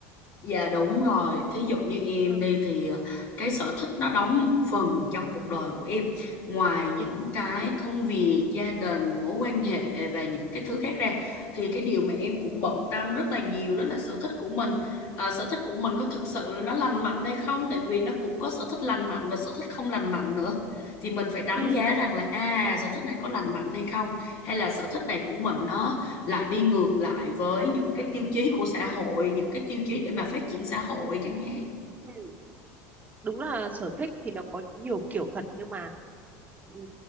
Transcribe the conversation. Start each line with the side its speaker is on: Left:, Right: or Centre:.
Left: Dạ đúng rồi, thí dụ như em
Right: Ừ.
Left: đi thì ờ, cái sở thích nó đóng một phần trong cuộc đời của em. Ngoài những
Right: ừ,
Left: cái công việc, gia đình, mối quan hệ và những cái thứ khác ra thì cái điều mà em cũng bận tâm rất là nhiều đó là sở thích của mình. À, sở thích của mình có thực sự là nó lành mạnh hay không? Tại vì nó cũng có sở thích lành mạnh và sở thích không lành mạnh nữa. Thì mình phải đánh
Right: ừ,
Left: giá rằng là à sở thích này có lành mạnh hay không hay là sở thích này của mình nó lại đi ngược lại với những cái tiêu chí của xã hội những cái tiêu chí để mà phát triển xã hội chẳng hạn
Right: ừ. Đúng là sở thích thì nó có nhiều kiểu thật nhưng mà ừ,